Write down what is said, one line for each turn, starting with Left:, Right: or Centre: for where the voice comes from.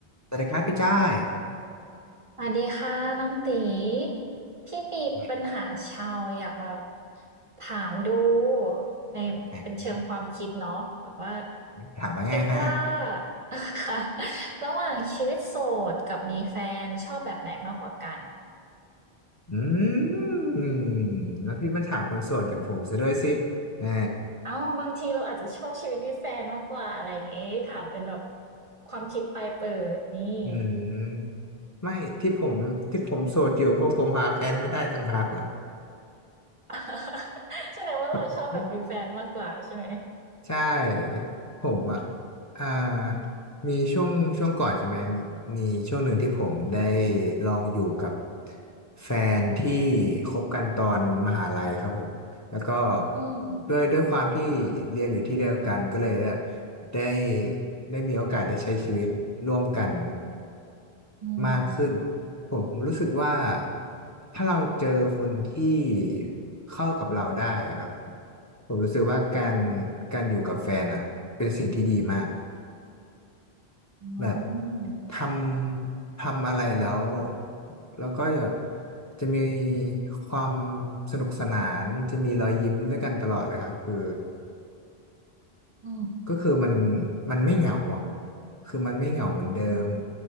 Left: สวัสดีครับพี่จ้อย
Right: สวัสดีค่ะน้องตีพี่มีปัญหาชาวอยากมา
Left: ไหน
Right: ถามดูในเป็นเชิงความคิดเนาะแบบว่า
Left: ไหนถามว่าไงฮะ
Right: คิดว่า <laughs> ค่ะระหว่างชีวิตโสดกับมีแฟนชอบแบบไหนมากกว่ากัน
Left: อืม แล้วพี่มาถามคนโสดอย่างผมซะด้วยสิแหม
Right: เอ้าบางทีเราอาจจะชอบชีวิตมีแฟนมากกว่าอะไรอย่างงี้ถามเป็นแบบความคิดปลายเปิดนี่
Left: อืมไม่ที่ผมที่ผมโสดอยู่เพราะผมหาแฟนไม่ได้ต่างหากล่ะ
Right: <laughs> แสดงว่าเราชอบแบบมีแฟนมากกว่าใช่ไหม
Left: <laughs> ใช่ผมอ่ะอ่ามีช่วงช่วงก่อนใช่ไหม มีช่วงหนึ่งที่ผมได้ลองอยู่กับแฟนที่คบกันตอนมหาลัยครับผม แล้วก็
Right: อืม
Left: ด้วยด้วยความที่เรียนอยู่ที่เดียวกันก็เลยแบบได้ได้มีโอกาสได้ใช้ชีวิตร่วมกัน
Right: อืม
Left: มากขึ้นผมรู้สึกว่าถ้าเราเจอคนที่เข้ากับเราได้ครับผมรู้สึกว่าการการอยู่กับแฟนอ่ะเป็นสิ่งที่ดีมาก
Right: อื
Left: แบบ
Right: ม
Left: ทำทำอะไรแล้วแล้วก็จะจะมีความสนุกสนานจะมีรอยยิ้มด้วยกันตลอดเลยครับคือ
Right: อืม
Left: ก็คือมันมันไม่เหงาอ่ะคือมันไม่เหงาเหมือนเดิม
Right: อืม